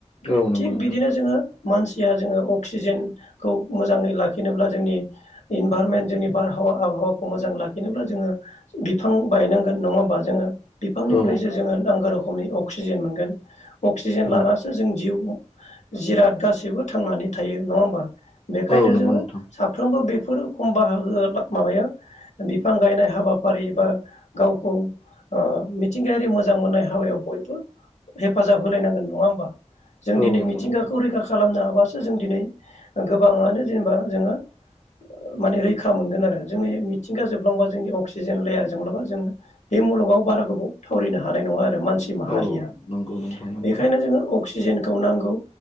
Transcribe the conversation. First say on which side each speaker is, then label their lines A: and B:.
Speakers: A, on the left (about 55°); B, on the left (about 80°).
A: औ नंगौ
B: थिग
A: नोंथां
B: बिदिनो जोङो मानसिया जोङो अक्सिजेनखौ मोजाङै लाखिनोब्ला जोंनि इनभारनमेन्ट जोंनि बारहावा आबहावाखौ मोजां लाखिनोब्ला जोङो बिफां बायनांगोन नङा होमबा जोङो? बिफांनिफ्रायसो
A: औ
B: जोङो नांगौ रोखोमनि अक्सिजेन मोनगोन अक्सिजेन लानासो
A: औ
B: जों जिउ जिराद गासैबो थांनानै थायो नङा होमबा? बेखायनो
A: औ नंगौ
B: जोङो
A: नोंथां
B: साफ्रोमबो बे फोर खम बाहागोआ माबाया बिफां गायनाय हाबाफारि बा गावखौ ओ मिथिंगायारि मोजां मोननाय हाबायाव बयबो हेफाजाब होलायनांगोन नङा होमबा? जों
A: औ
B: दिनै
A: नंगौ
B: मिथिंगाखौ
A: नोंथां
B: रैखा खालामनो <unintelligible> जों दिनै गोबाङानो जेनेबा जोङो माने रैखा मोनगोन आरो। जोंनि मिथिंगा जोबलांबा जोंनि अक्सिजेन लेयार जोबलाबा जोङो बे मुलुगाव बारा गोबाव थावरिनो हानाय नङा आरो। मानसि‌ माहारिया।
A: औ नंगौ नोंथां नंगौ
B: बेखायनो जोङो अक्सि जेनखौ नांगौ